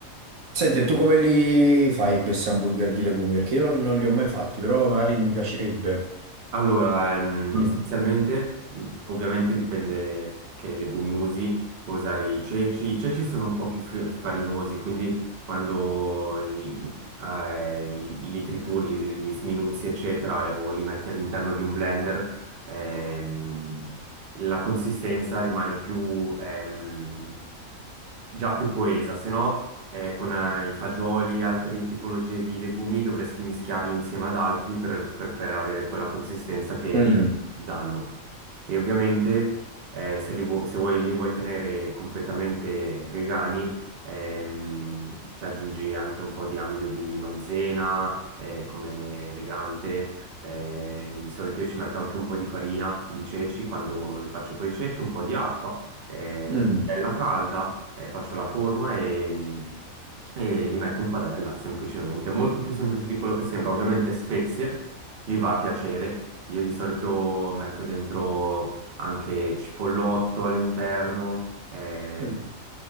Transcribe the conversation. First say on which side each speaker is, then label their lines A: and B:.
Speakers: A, on the right; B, on the right.
A: Senti, e tu come li fai questi hamburger di legumi? Perché io non, non li ho mai fatti, però magari mi piacerebbe.
B: Allora, ehm,
A: Mm.
B: essenzialmente, mh, ovviamente dipende che legumi usi, puoi usare i ceci, i ceci sono un po' più fri- farinosi, quindi quando li, eh, li li trituri, li, li sminuzzi, eccetera, o li metti all'interno di un blender, ehm, la consistenza rimane più, ehm, già più coesa, se no eh, con eh, i fagioli e altre tipologie di legumi dovresti mischiarli insieme ad altri per, per- per avere quella consistenza che
A: Mm,
B: danno. E ovviamente eh, se, li vu- se vuoi, li vuoi tenere completamente vegani, ehm, ci aggiungi anche un po' di amido di maizena eh, come legante. Eh, di solito io ci metto anche un po' di farina di ceci quando li faccio con i ceci, un po' di acqua, eh,
A: mm,
B: padella calda eh, faccio la forma e, e li metto in padella, semplicemente. Molto più semplice di quello che sembra. Ovviamente spezie, li va a piacere. Io di solito metto dentro anche cipollotto all'interno, ehm,
A: mm,